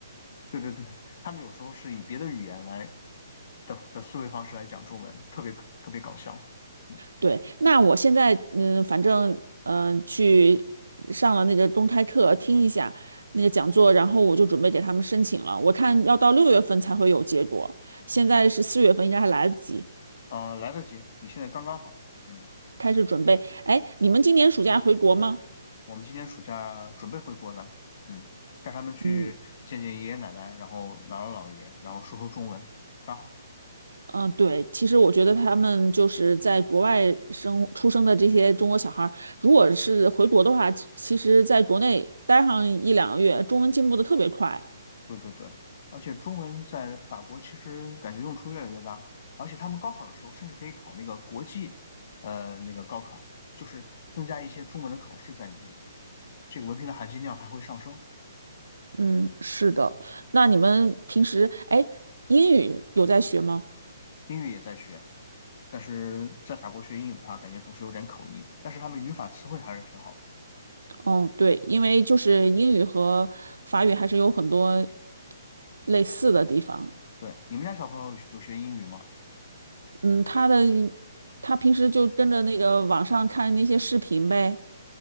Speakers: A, on the left (about 50°); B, on the right (about 80°).
A: 对对对，他们有时候是以别的语言来的的思维方式来讲中文，特别特别搞笑。嗯，
B: 对，那我现在嗯，反正嗯、呃去上了那个公开课，听一下那个讲座，然后我就准备给他们申请了。我看要到六月份才会有结果，现在是四月份，应该还来得及
A: 呃，来得及，你现在刚刚好。嗯，
B: 开始准备。哎，你们今年暑假回国吗？
A: 我们今年暑假准备回国呢。嗯，带他们去见见爷爷奶奶，
B: 嗯
A: 然后姥姥姥爷，然后说说中文，刚好。
B: 嗯、呃对，其实我觉得他们就是在国外生出生的这些中国小孩儿，如果是回国的话，其其实在国内待上一两个月，中文进步的特别快。
A: 对对对，而且中文在法国其实感觉用处越来越大，而且他们高考的时候甚至可以考那个国际，呃，那个高考，就是增加一些中文的考试在里面，这个文凭的含金量还会上升。
B: 嗯，是的。那你们平时，哎，英语有在学吗？
A: 英语也在学，但是在法国学英语的话，感觉总是有点口音。但是他们语法词汇还是挺好的。
B: 哦，对，因为就是英语和法语还是有很多类似的地方。
A: 对，你们家小朋友有有学英语吗？
B: 嗯，他的他平时就跟着那个网上看那些视频呗，